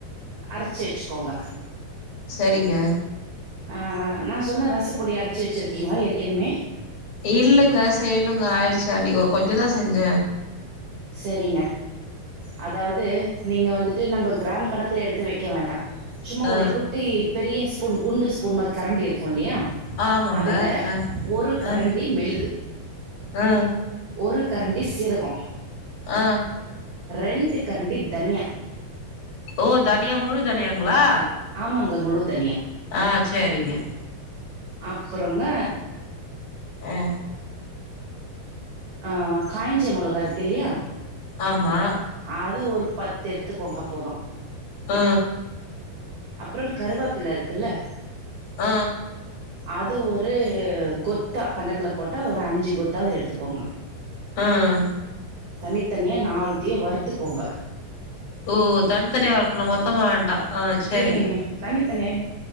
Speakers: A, on the right; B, on the left.
A: அரச்சி வெச்சிக்கோங்க
B: சரிங்க
A: அ அ நா சொன்ன ரசப்பொடி அரச்சு வெச்சுருக்கீங்ளா ஏற்கெனுமே
B: இல்லங்க செய்யணுங்க ஆயிடுச்சா அன்னக்கு கொஞ்சந்தா செஞ்ச
A: செரிங்க அதாவுது நீங்க வந்துட்டு நம்ப் கிராம் கணக்குல எடுத்து வெக்க வேண்டா சும்மா
B: ஆ
A: ஒரு குட் குட்டி பெரிய ஸ்பூன் குண்டு ஸ்பூன் மாரி கரண்டி இருக்கு இல்லியா
B: ஆமாங்க
A: அதுல
B: ஆ
A: ஒரு கரண்டி
B: ஆ
A: மெழுகு
B: ஆ
A: ஒரு கரண்டி சீரகோ
B: ஆ
A: ரெண்டு கரண்டி தனியா
B: ஓ தனியா முழு தனியாங்களா
A: ஆமாங்க முழு தனியா
B: ஆ சேரிங்க
A: அப்புறங்க
B: ஆ
A: ஆ காய்ஞ்ச மொளகா இருக்கு ல்லியா
B: ஆமா
A: அது ஒரு பத்து எடுத்துக்கோங்க போது
B: ஆ
A: அப்புறோ கருவேப்புல இருக்குல்ல
B: ஆ
A: அது ஒரு கொத்தா கணக்குல போட்டா ஒரு அஞ்சு கொத்தாவ்து எடுத்துக்கோங்க
B: ஆ ஆ
A: தனித்தனியா நாளத்தையு வறுத்துக்கோங்க
B: ஓ தனித்தனியா வருக்கணு மொத்தமா வேண்டா ஆ சரிங்க
A: இல்லேங்க தனித்தனியாவே